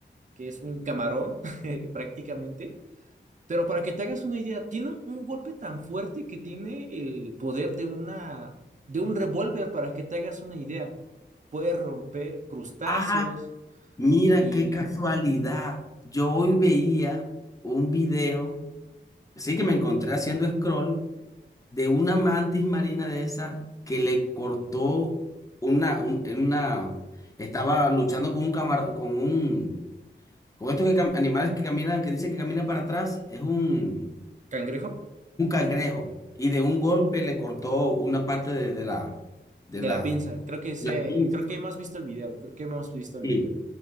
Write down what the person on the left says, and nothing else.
Ah, Mira
qué casualidad. Yo hoy veía un video, sí que me encontré haciendo scroll, de una mantis marina de esa que le cortó una, un- en una, estaba luchando con un camarón, con un, con estos que cam- animales que caminan, que dice que camina para atrás, es un,
un cangrejo. Y de un golpe le cortó una parte de, de la, de
la,
la pinza.
Sí.